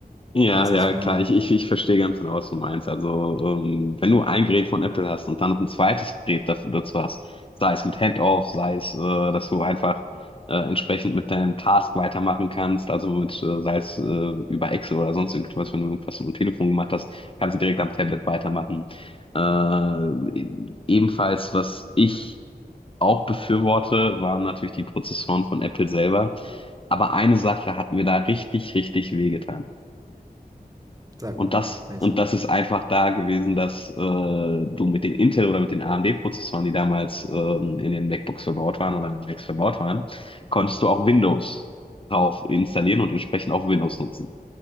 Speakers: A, on the left; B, on the right.
A: Ja,
B: weißt,
A: ja,
B: was ich meine.
A: klar. Ich, ich, ich verstehe ganz genau, was du meinst. Also, ähm, wenn du ein Gerät von Apple hast und dann noch ein zweites Gerät dafür, dazu hast, sei es mit Handoff, sei es, äh, dass du einfach äh, entsprechend mit deinem Task weitermachen kannst, also mit, äh, sei es äh, über Excel oder sonst irgendwas, wenn du irgendwas mit dem Telefon gemacht hast, kannst du direkt am Tablet weitermachen. Äh, ebenfalls, was ich auch befürworte, waren natürlich die Prozessoren von Apple selber. Aber eine Sache hat mir da richtig, richtig wehgetan.
B: Sag
A: Und
B: mal,
A: das,
B: welche.
A: und das ist einfach da gewesen, dass äh, du mit den Intel oder mit den AMD-Prozessoren, die damals ähm, in den MacBooks verbaut waren oder in den Macs verbaut waren, konntest du auch Windows drauf installieren und entsprechend auch Windows nutzen.